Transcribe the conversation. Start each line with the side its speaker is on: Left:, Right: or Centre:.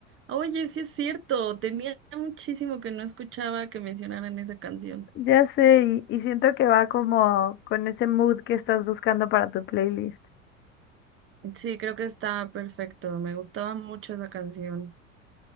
Right: Oye, sí es cierto. Tenía muchísimo que no escuchaba que mencionaran esa canción.
Left: Ya sé, y, y siento que va como con ese mood que estás buscando para tu playlist.
Right: Sí, creo que está perfecto. Me gustaba mucho esa canción.